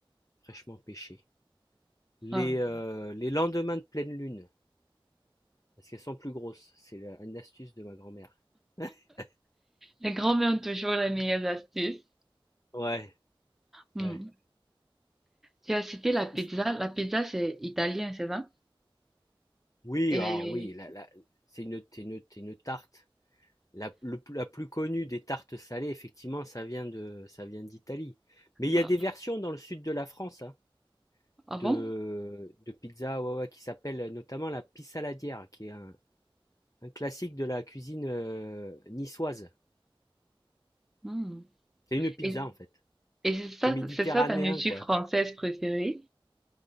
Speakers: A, on the left; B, in the centre.
A: fraîchement pêchées. Les,
B: Alors,
A: euh, les lendemains de pleine lune. Parce qu'elles sont plus grosses. C'est la- une astuce de ma grand-mère. <laughs>
B: les grands-mères ont toujours les meilleures astuces.
A: Ouais,
B: Hmm.
A: ouais.
B: Tu as cité la
A: C'est-
B: pizza.
A: c'est-
B: La pizza, c'est italien, c'est ça?
A: Oui,
B: Et
A: alors oui, la- la- c'est une, c'est une- c'est une tarte. La, le plus- la plus connue des tartes salées, effectivement, ça vient de, ça vient d'Italie. Mais il y
B: ah,
A: a des versions dans le sud de la France hein,
B: ah
A: de,
B: bon?
A: de pizza ouais, ouais, qui s'appelle notamment la pissaladière, qui est un, un classique de la cuisine euh, niçoise.
B: Hmm.
A: C'est une pizza
B: Et,
A: en fait.
B: et c'est ça,
A: C'est méditerranéen
B: c'est ça ta nourriture
A: quoi.
B: française préférée?